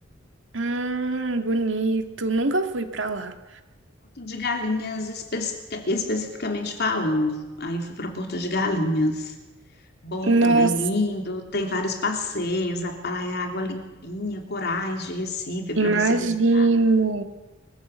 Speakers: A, on the right; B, on the left.
A: Hum, bonito. Nunca fui pra lá.
B: Porto de Galinhas, espe- especificamente falando. Aí eu fui para Porto de Galinhas. Bom
A: Nossa,
B: também, lindo. Tem vários passeios, a praia, água limpinha, corais de Recife para
A: imagino.
B: você visitar.